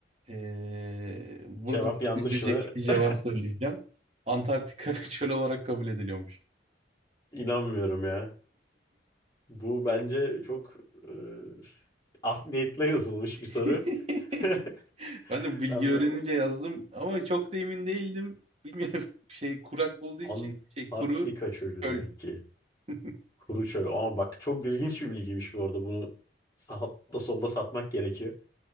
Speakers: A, on the right; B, on the left.
A: Ee, burada
B: Cevap
A: seni
B: yanlış
A: üzecek
B: mı?
A: bir cevap
B: <laughs>
A: söyleyeceğim. Antarktika <laughs> çöl olarak kabul ediliyormuş.
B: İnanmıyorum ya. Bu bence çok e, art niyetle yazılmış
A: <laughs>
B: bir soru. <laughs>
A: Ben de bu bilgi
B: Ben
A: öğrenince yazdım ama çok da emin değildim. Bilmiyorum <laughs> şey kurak olduğu için
B: Antarktika
A: şey kuru
B: çölü
A: çöl.
B: demek ki.
A: <laughs>
B: Kuru çöl. Aa bak çok ilginç bir bilgiymiş bu arada. Bunu sağda solda satmak gerekiyor.